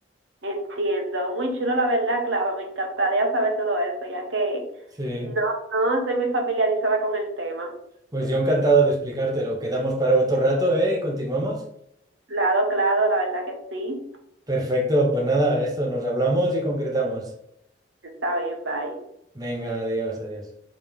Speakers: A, on the right; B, on the right.
A: Entiendo. Muy chulo, la verdad, Clava. Me encantaría saber todo eso, ya que
B: Sí,
A: no, no estoy muy familiarizada con el tema.
B: pues yo encantado de explicártelo. Quedamos para otro rato, ¿eh? Y continuamos.
A: Claro, claro, la verdad que sí.
B: Perfecto, pues nada, esto nos hablamos y concretamos.
A: Está bien, bye.
B: Venga, adiós, adiós.